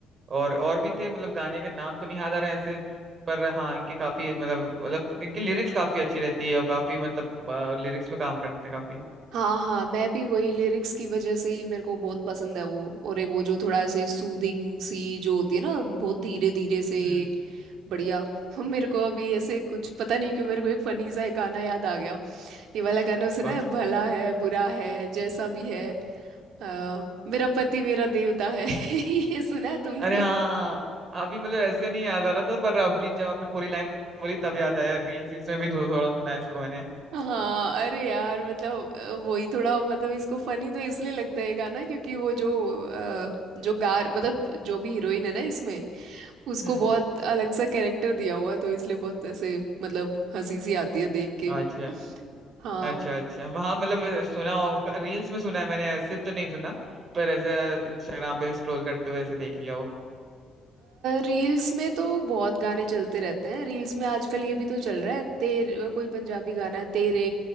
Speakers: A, on the right; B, on the right.
A: और और भी थे मतलब गाने के नाम तो नहीं याद आ रहे हैं ऐसे पर हाँ इनके काफी मतलब मतलब इनकी लिरिक्स काफी अच्छी रहती है और काफी मतलब लिरिक्स में काम करते हैं काफी
B: हाँ हाँ मैं भी वही लिरिक्स की वजह से ही मेरे को बहुत पसंद है वो और एक वो जो थोड़ा ऐसे सूदिंग सी जो होती है ना बहुत धीरे धीरे से
A: हम्म
B: बढ़िया <laughs> हम मेरे को अभी ऐसे कुछ पता नहीं क्यों मेरे को एक फनी सा एक गाना याद आ गया ये वाला गाना सुना
A: कौन
B: है
A: सा
B: भला है बुरा है जैसा भी है अ, मेरा पति मेरा देवता है <laughs> ये सुना है तुमने
A: अरे हाँ हाँ हाँ, हाँ, अभी मतलब ऐसे नहीं याद आ रहा था पर अभी जब आपने पूरी लाइन बोली तब याद आया रील्स रील्स में भी थो- थोड़ा सुना है इसको मैंने
B: हाँ अरे यार मतलब अ, वही थोड़ा मतलब इसको फनी तो इसलिए लगता है ये गाना क्योंकि वो जो अ, जो गार मतलब जो भी हीरोइन है ना इसमें उसको
A: हम्म
B: बहुत अलग सा कैरेक्टर दिया हुआ है तो इसलिए बहुत ऐसे मतलब हंसी सी आती है देख के
A: अच्छा
B: हाँ
A: अच्छा अच्छा वहाँ मतलब सुना होगा रील्स में सुना है मैंने ऐसे तो नहीं सुना पर ऐसे इंस्टाग्राम पे स्क्रॉल करते हुए ऐसे देख लिया हो
B: रील्स में तो बहुत गाने चलते रहते हैं रील्स में आजकल ये भी तो चल रहा है तेरे कोई पंजाबी गाना है तेरे